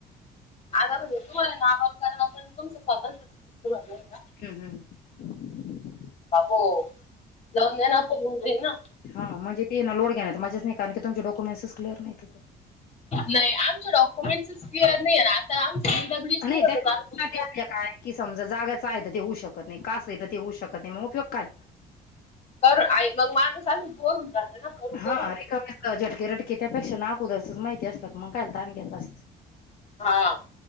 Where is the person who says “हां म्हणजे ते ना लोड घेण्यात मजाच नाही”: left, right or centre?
Left